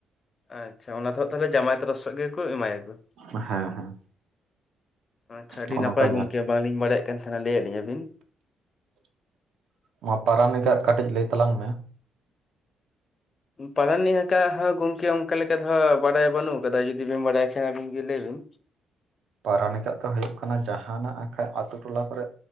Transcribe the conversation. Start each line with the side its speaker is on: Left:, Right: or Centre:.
Left: ᱟᱪᱪᱷᱟ ᱚᱱᱟ ᱫᱚᱜ ᱛᱟᱦᱚᱞᱮ ᱡᱟᱢᱟᱭ ᱛᱚᱨᱚ ᱥᱮᱫ ᱜᱮᱠᱚ ᱮᱢᱟᱭᱟᱠᱚ᱾
Right: ᱦᱮᱸ ᱦᱮᱸ᱾
Left: ᱟᱪᱪᱷᱟ ᱟᱹᱰᱤ
Right: ᱱᱚᱜᱼᱚ
Left: ᱱᱟᱯᱟᱭ
Right: ᱱᱚᱝᱠᱟ
Left: ᱜᱚᱝᱠᱮ ᱵᱟᱝᱞᱤᱧ ᱵᱟᱲᱟᱭᱮᱫ ᱠᱟᱱ ᱛᱟᱦᱮᱱᱟ ᱞᱟᱹᱭ ᱟᱜ ᱞᱤᱧᱟᱹᱵᱤᱱ᱾
Right: ᱦᱩᱭ ᱯᱟᱨᱟᱱᱤᱠ
Left: ᱦᱩᱸ
Right: ᱟᱜ ᱠᱟᱹᱴᱤᱡ ᱞᱟᱹᱭ ᱛᱟᱞᱟᱝ ᱢᱮ᱾
Left: ᱯᱟᱨᱟᱱᱤᱠ ᱟᱠᱟᱜ ᱦᱚᱸ ᱜᱚᱝᱠᱮ ᱚᱱᱠᱟ ᱞᱮᱠᱟ ᱫᱚ ᱵᱟᱲᱟᱭ ᱵᱟᱹᱱᱩᱜ ᱟᱠᱟᱫᱟ ᱡᱩᱫᱤ ᱵᱤᱱ ᱵᱟᱲᱟᱭ ᱠᱷᱟᱱ ᱟᱵᱤᱱ ᱜᱮ ᱞᱟᱹᱭ ᱵᱤᱱ᱾
Right: ᱯᱟᱨᱟᱱᱤᱠ ᱟᱜ ᱫᱚ ᱦᱩᱭᱩᱜ ᱠᱟᱱᱟ ᱡᱟᱦᱟᱱᱟᱜ ᱠᱷᱟᱡ ᱟᱛᱳ ᱴᱚᱞᱟ ᱠᱚᱨᱮᱜ